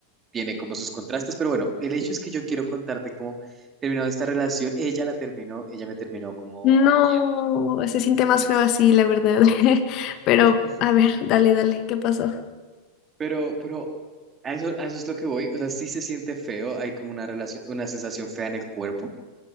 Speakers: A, on the right (about 20°); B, on the left (about 40°).
A: tiene como sus contrastes, pero bueno, el hecho es que yo quiero contarte cómo terminó esta relación, ella la terminó, ella me terminó como
B: No,
A: antier,
B: se siente más feo así, la verdad. <laughs>
A: <laughs>
B: Pero, a ver, dale, dale, ¿qué pasó?
A: pero, pero a eso, a eso es lo que voy, o sea, sí se siente feo, hay como una relación, una sensación fea en el cuerpo,